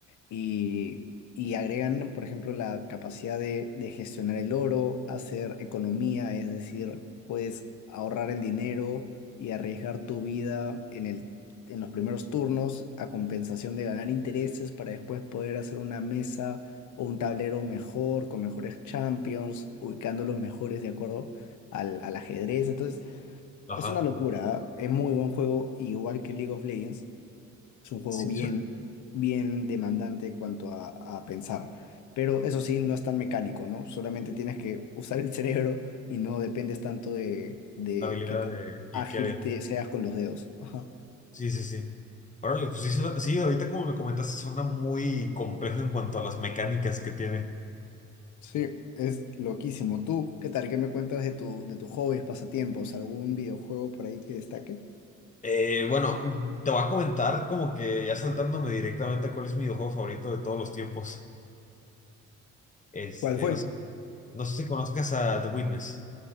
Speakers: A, on the left; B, on the left.
A: y, y agregan, por ejemplo, la capacidad de, de gestionar el oro, hacer economía, es decir, puedes ahorrar el dinero y arriesgar tu vida en el, en los primeros turnos a compensación de ganar intereses para después poder hacer una mesa o un tablero mejor, con mejores champions, ubicando los mejores de acuerdo al, al ajedrez. Entonces,
B: Ajá.
A: es una locura, ¿ah? es muy buen juego, igual que League of Legends. Es un juego
B: Sí,
A: bien,
B: sí. Ok.
A: bien demandante cuanto a, a pensar. Pero eso sí, no es tan mecánico, ¿no? Solamente tienes que usar el cerebro y no dependes tanto de, de
B: La habilidad
A: qué tan
B: de...
A: ágil
B: ¿Y qué había?
A: te seas con los dedos. Ajá.
B: Sí, sí, sí. Órale, pues sí, suena- sí, ahorita como me comentaste, suena muy complejo en cuanto a las mecánicas que tiene.
A: Sí, es loquísimo. ¿Tú qué tal? ¿Qué me cuentas de tu, de tus hobbies, pasatiempos? ¿Algún videojuego por ahí que destaque?
B: Eh, bueno, te voy a comentar como que ya saltándome directamente a cuál es mi videojuego favorito de todos los tiempos. Este,
A: ¿Cuál fue?
B: no sé, no sé si conozcas a The Witness.